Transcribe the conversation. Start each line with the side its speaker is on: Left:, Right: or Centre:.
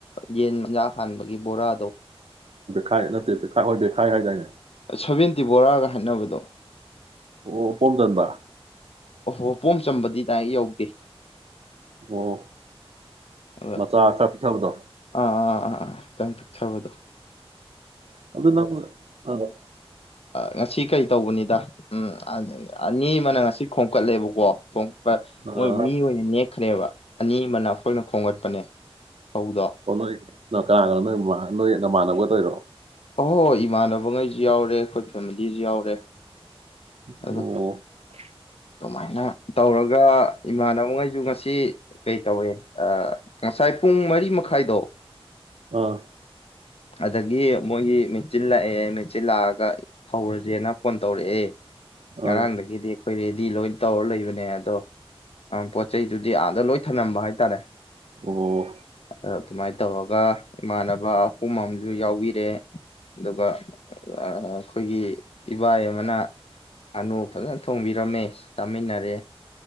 Left: ꯌꯦꯟꯖꯥꯛ ꯍꯥꯟꯕꯒꯤ ꯕꯣꯔꯥꯗꯣ
Right: ꯈꯥꯏ ꯅꯠꯇꯦ ꯄꯤꯈꯥꯎ ꯑꯣꯏꯔꯗꯤ ꯈꯥꯏ ꯍꯥꯏꯗꯥꯏꯅꯦ
Left: ꯁꯕꯦꯟꯇꯤ ꯕꯣꯔꯒ ꯅꯛꯅꯕꯗꯣ
Right: ꯑꯣ ꯐꯣꯜ ꯆꯗ
Left: ꯣ ꯄꯣꯝ ꯆꯝꯕꯗꯤ ꯗꯥꯏ ꯌꯧꯗꯦ
Right: ꯑꯣ
Left: ꯑꯗ
Right: ꯃꯆꯥ ꯈ ꯄꯤꯊꯕꯗꯣ
Left: ꯑꯥ ꯑꯥ ꯑꯥ ꯑꯥ ꯆꯪ ꯊ ꯊꯕꯗꯣ
Right: ꯑꯗꯨ ꯑꯗ
Left: ꯉꯁꯤ ꯀꯔꯤ ꯇꯧꯕꯅꯤꯗ ꯎꯝ ꯑꯗꯅꯤ ꯑꯃꯅ ꯉꯁꯤ ꯈꯣꯝꯀꯠꯂꯦꯕꯀꯣ ꯄꯣꯡꯄ
Right: ꯑꯥ
Left: ꯃꯣꯏ ꯃꯤ ꯑꯣꯏꯅ ꯅꯦꯛꯈ꯭ꯔꯦꯕ ꯑꯅꯤ ꯑꯃꯅ ꯑꯩꯈꯣꯏꯅ ꯈꯣꯝꯒꯠꯄꯅꯦ ꯐꯧꯗꯣ
Right: ꯑꯣ ꯅꯣꯏ ꯀꯅꯥ ꯀꯅꯣ ꯅꯣꯏ ꯅꯣꯏ ꯅꯃꯥꯟꯅꯕ ꯔꯣ
Left: ꯑꯍꯣꯏ ꯍꯣꯏ ꯏꯃꯥꯟꯅꯕꯉꯩꯁꯨ ꯌꯥꯎꯔꯦ ꯑꯩꯈꯣꯏ ꯐꯦꯃꯤꯂꯤꯁꯨ ꯌꯥꯎꯔꯦ
Right: ꯑꯣꯝ
Left: ꯑꯗꯣ ꯑꯗꯨꯃꯥꯏꯅ ꯇꯧꯔꯒ ꯏꯃꯥꯟꯅꯕꯈꯩꯁꯨ ꯉꯁꯤ ꯀꯩ ꯇꯧꯋꯦ ꯉꯁꯥꯏ ꯄꯨꯡ ꯃꯔꯤ ꯃꯈꯥꯏꯗꯣ
Right: ꯑꯥ
Left: ꯑꯗꯨꯗꯒꯤ ꯃꯣꯏꯒꯤ ꯃꯦꯆꯤꯤꯟ ꯂꯥꯛꯑꯦ ꯃꯦꯆꯤꯤꯟ ꯂꯥꯛꯑꯒ ꯍꯧꯔꯁꯦꯅ ꯐꯣꯟ ꯇꯧꯔꯛꯑꯦ
Right: ꯑꯥ
Left: ꯉꯔꯥꯡꯗꯒꯤꯗꯤ ꯑꯩꯈꯣꯏ ꯔꯦꯗꯤ ꯂꯣꯏ ꯇꯧꯔ ꯂꯩꯕꯅꯦ ꯑꯗꯣ ꯑ ꯄꯆꯩ ꯑꯗꯨꯗꯤ ꯑꯥꯗ ꯂꯣꯏ ꯊꯝꯂꯝꯝꯕ ꯍꯥꯏꯇꯥꯔꯦ
Right: ꯑꯣ
Left: ꯑꯗꯨꯃꯥꯏꯅ ꯇꯧꯔꯒ ꯏꯃꯥꯟꯅꯕ ꯄꯨꯝ ꯑꯃꯁꯝꯨ ꯌꯥꯎꯕꯤꯔꯦ ꯑꯗꯨꯒ ꯑꯩꯈꯣꯏꯒꯤ ꯏꯕꯥꯏ ꯑꯃꯅ ꯑꯅꯞ ꯐꯖꯅ ꯊꯣꯡꯕꯤꯔꯝꯃꯦ ꯇꯥꯃꯤꯟꯅꯔꯦ